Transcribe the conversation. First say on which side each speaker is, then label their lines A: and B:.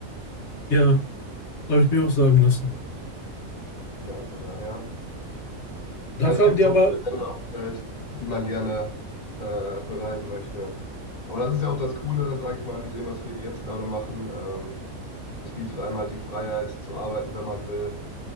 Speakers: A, on the left (about 55°); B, on the left (about 30°).
A: Ja, habe ich mir auch sagen lassen.
B: Ja, von daher.
A: Dafür
B: Es gibt
A: haben die
B: so
A: aber,
B: viele Länder auf der Welt, die man gerne äh, bereisen möchte. Aber das ist ja auch das Coole, sage ich mal, mit dem, was wir hier jetzt gerade machen. Ähm, es bietet einem halt die Freiheit zu arbeiten, wenn man will,